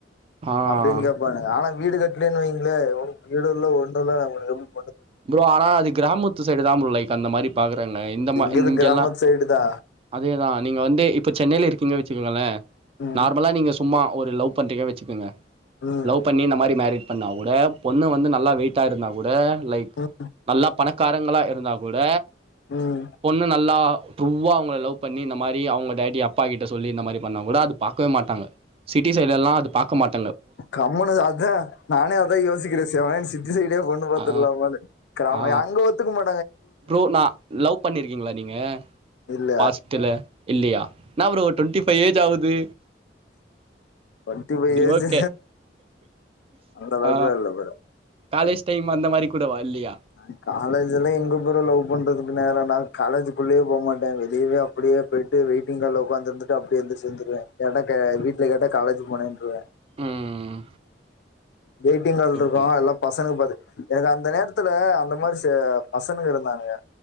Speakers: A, on the right (about 30°); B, on the left (about 65°).
A: ஆ
B: அப்டின்னு கேட்பானுங்க ஆனா வீடு கட்லன்னு வைங்களே ஒனக் வீடு உள்ள ஒண்ணு இல்ல நாங் உனக் எப்
A: ப்ரோ ஆனா அது கிராமத்து சைடு தா லைக் அந்த மாரி பாக் ன்னு இந்த மா
B: எங்கது
A: இங்கெல்லா
B: கிராமத்து சைடு தா
A: அதேதா நீங்க வந்து இப்போ சென்னையில இருக்கீங்க வச்சுக்கோங்களே
B: ம்
A: நார்மலா நீங்க சும்மா ஒரு லவ் பண்றீங்க வச்சுக்கோங்க
B: ம்
A: லவ் பண்ணி இந்த மாரி மேரி பண்ணா கூட பொண்ணு வந்து நல்லா வெயிட்டா இருந்தா கூட லைக்
B: ம்
A: நல்லா பணக்காரங்களா இருந்தாக் கூட
B: ம்
A: பொண்ணு நல்லா ட்ரூவ்வா அவங்ள லவ் பண்ணி இந்த மாரி அவங்க டேடி அப்பா கிட்ட சொல்லி இந்த மாரி பண்ணாக்கூட அது பாக்கவே மாட்டாங்க சிட் டி சைடுல்லா அது பாக்கமாட்
B: கம்மனு அதா நானே அதா யோசிக்கிறே சிவனேன்னு சிட்டி சைடே பொண்ணு பாத்துல்லாமானு
A: ஆ
B: கராம
A: ஆ
B: அங்க ஒத்துக்மாட்
A: ப்ரோ நான் லவ் பண்ணிருக்கீங்களா நீங்க
B: இல்ல
A: ஃபாஸ்ட்டுல இல்லையா என்னா ஃப்ரோ டுவெண்டிஃபைவ் ஏஜ் ஆவுது
B: டுவென்டி ஃபைவ் இயர்ஸு
A: ஓகே
B: அந்த அளவுக்குல
A: ஆ
B: இல்ல ஃப்ரோ
A: காலேஜ் டைம் அந்த மாரி கூடவா இல்லையா
B: நா காலேஜ்லா எங்க போற லவ் பண்றதுக்கு நேர நா காலேஜ்க்குள்ளயே போ மாட் டேன் வெளியேவே அப்டியே போயிட்டு வெயிட்டிங்ஹால்ல உக்காந்து இருந்துட்டு அப்டியே ஏந்திருச்சி வந்துருவே கேட்டா கா வீட்ல கேட்ட காலேஜ் குடுக்க மாட்டேன்ருவ
A: ம்
B: வெயிட்டிங்ஹால்
A: சூப்பர்
B: இருக்கு எல்லா பசங்க படு எனக்கு அந்த நேரத்துல அந்த மாரிசு பசங்கங் இருந்தாங்க